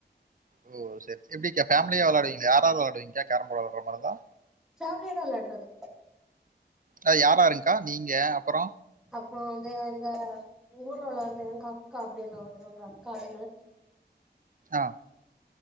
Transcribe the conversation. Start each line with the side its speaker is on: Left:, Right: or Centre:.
Right: ஓ சேரி எப்படிக்கா ஃபமிலியா விளையாடுவீங் யாரோளோடிங்க்கா கேரம் போர்டு விளையாடுற மாரிதா
Centre: ஃபேமிலியாதா வெளாட்றது
Right: யார் யாராருங்க்கா க்கா நீங்க அப்புறோ
Centre: அப்புறம் வந்து அந்த உங்க ஊர்ல உள்ளந்து வந்து எங்க அக்கா அப்படின்னுவாங்க உங்க அக்கானூ
Right: ஆஹ்